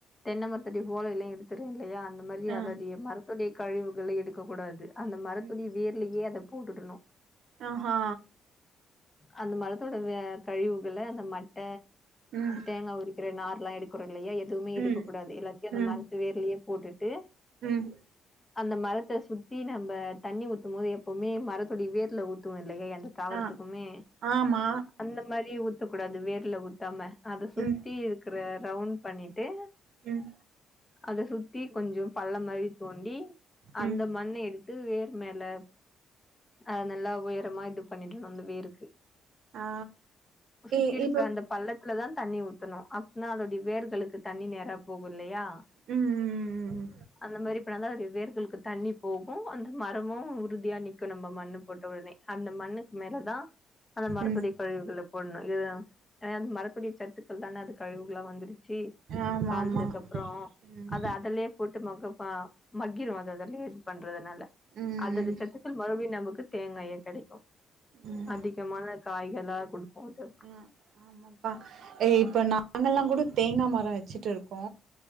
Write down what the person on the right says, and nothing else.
ஆ
ம்
ஆ ஆ
ம்
ம்
ம்
ம்
ஆ ஆமா
ம்
ம்
ம்
ஆ
இ
இப்போ
ம்
ம்
ஆமா
ஆமா ம்
ம்
ம்
அ ஆமாப்பா இப்ப நாங்கல்லா கூட தேங்கா மரோ வச்சிட்டு இருக்கோ